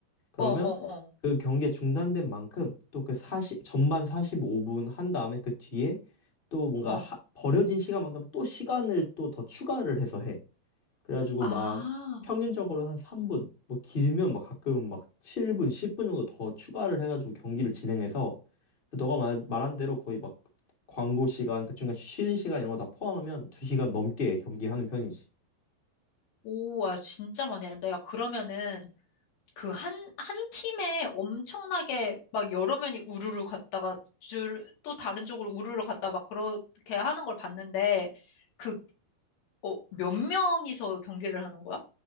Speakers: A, on the left; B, on the left.
A: 그러면
B: 어, 어,
A: 그 경기가 중단된 만큼 또 그 사십 전반 45분 한 다음에 그 뒤에 또 뭔가
B: 어.
A: 하- 버려진 시간만큼 또 시간을 또 더 추가를 해서 해. 그래가지고
B: 아,
A: 막 평균적으로 한 3분, 뭐 길면 막 가끔은 막 7분, 10분 정도 더 추가를 해가지고 경기를 진행해서 그 너가 말, 말한 대로 거의 막 광고 시간, 그 중간 쉬는 시간 이런 거 다 포함하면 2시간 넘게 경기하는 편이지.
B: 오, 와, 진짜 많이 한다. 야, 그러면은 그 한, 한 팀에 엄청나게 막 여러 면이 우르르 갔다가 줄, 또 다른 쪽으로 우르르 갔다 막 그렇게 하는 걸 봤는데 그, 어, 몇 명이서 경기를 하는 거야?